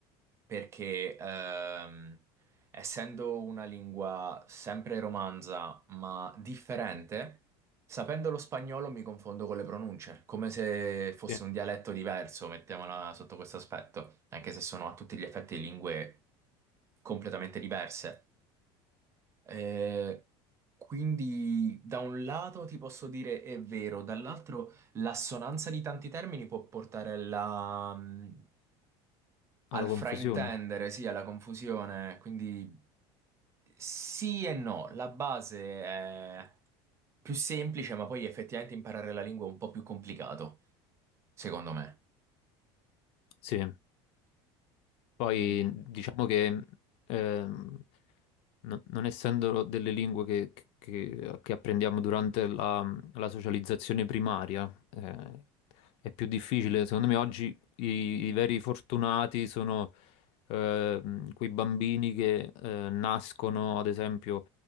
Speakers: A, on the right (about 20°); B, on the left (about 55°).
A: perché ehm, essendo una lingua sempre romanza, ma differente, sapendo lo spagnolo mi confondo con le pronunce, come se fosse
B: Sì.
A: un dialetto diverso, mettiamola sotto questo aspetto, anche se sono a tutti gli effetti lingue completamente diverse. Eh, quindi da un lato ti posso dire è vero, dall'altro... L'assonanza di tanti termini può portare alla, mh, al
B: Alla confusione?
A: fraintendere, sì, alla confusione, quindi sì e no, la base è più semplice, ma poi effettivamente imparare la lingua è un po' più complicato, secondo me.
B: Sì. Poi
A: Eh,
B: diciamo che ehm, no- non essendo delle lingue che, che- che apprendiamo durante la, la socializzazione primaria, eh, è più difficile. Secondo me oggi i, i veri fortunati sono ehm, quei bambini che eh, nascono, ad esempio,